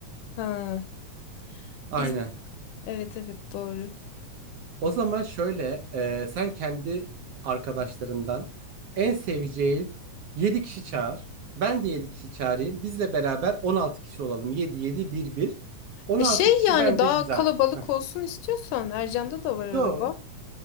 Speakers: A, on the left (about 80°); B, on the right (about 60°).
A: Ha.
B: Aynen.
A: Biz evet evet doğru.
B: O zaman şöyle, e, sen kendi arkadaşlarından en seveceğin 7 kişi çağır. Ben de 7 kişi çağırayım. Bizle beraber 16 kişi olalım. yedi yedi bir bir, on
A: E
B: altı
A: şey
B: kişi
A: yani
B: bence
A: daha
B: güzel.
A: kalabalık
B: Heh.
A: olsun istiyorsan Ercan'da da var
B: Yo.
A: araba.